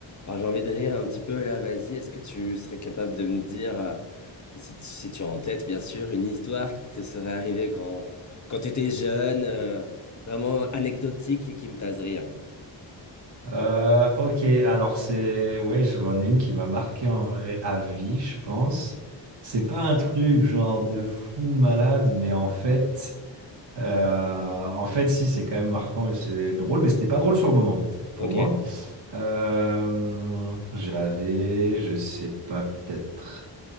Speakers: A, on the left; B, on the right.
A: Alors j'ai envie de rire un petit peu là, vas-y, est-ce que tu serais capable de me dire, euh, ou si, tu si tu as en tête bien sûr, une histoire qui te serait arrivée quand, quand tu étais jeune, euh, vraiment anecdotique et qui me fasse rire?
B: Euh, ok, alors c'est... Ouais, je vois une qui m'a marqué en vrai à vie, je pense. C'est pas un truc genre de fou malade, mais en fait... euh, en fait, si, c'est quand même marquant et c'est drôle, mais c'était pas drôle sur le moment, pour
A: Ok,
B: moi. Euh, j'avais, je sais pas, peut-être